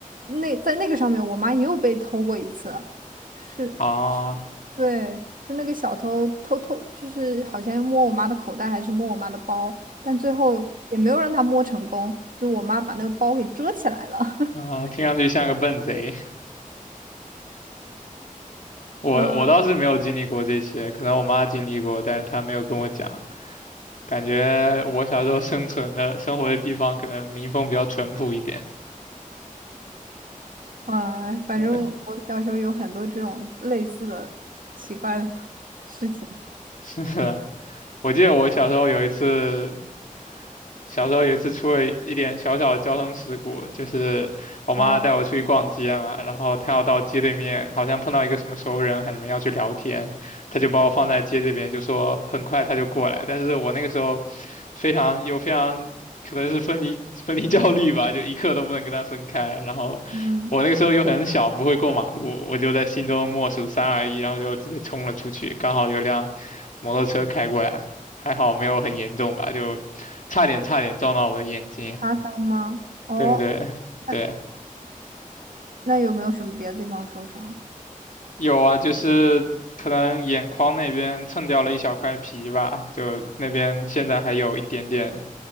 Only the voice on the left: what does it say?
啊
啊，听上去像个笨贼。我我倒是没有经历过这些，
可能我妈经历过，但是她没有跟我讲。感觉我小时候生存的生活的地方可能民风比较淳朴一点。
对，
<laughs> 是的，我记得我小时候有一次小时候有一次出了一点小小的交通事故，就是我妈带我出去逛街嘛，
然后她要到街对面，好像碰到一个什么熟人还是什么要去聊天，她就把我放在街这边，就说很快她就过来，但是我那个时候非常有非常可能是分离分离焦虑吧，就一刻都不能跟她分开，然后我那个时候又很小，
不会过马路，我就在心中默数三二一，然后就直接冲了出去，刚好有辆摩托车开过来，还好没有很严重吧，就。差点差点撞到我的眼睛。
对对
对，
有啊，就是可能眼眶那边蹭掉了一小块皮吧，就那边现在还有一点点，